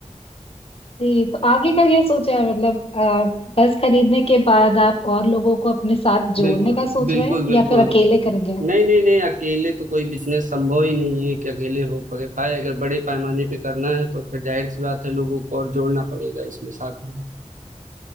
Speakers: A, on the left; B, on the right.
A: जी तो आगे का क्या सोचा है मतलब अ, बस खरीदने के बाद आप और लोगों को अपने साथ जोड़ने
B: बिल्कुल
A: का सोच
B: बिल्कुल
A: रहे हैं
B: बिल्कुल
A: या फिर अकेले करेंगे
B: नहीं नहीं नहीं अकेले तो कोई बिजनेस संभव ही नहीं है कि अकेले हो पके पाए अगर बड़े पैमाने पे करना है तो फिर जाहिर सी बात है लोगों को और जोड़ना पड़ेगा इसमें साथ में